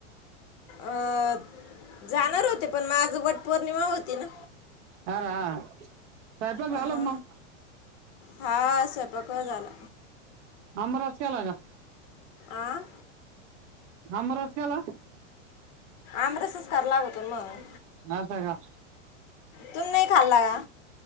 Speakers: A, on the left; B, on the right.
A: अ जाणार होते, पण माझ वट पौर्णिमा होती ना.
B: अर हा. स्वयंपाक झालं
A: अ हा,
B: का मग
A: हा स्वयंपाक झाला.
B: आमरस केला का?
A: आं
B: आमरस केला.
A: आमरसच करा लागतो मग.
B: <unintelligible> का
A: तून नाही खाल्ला का.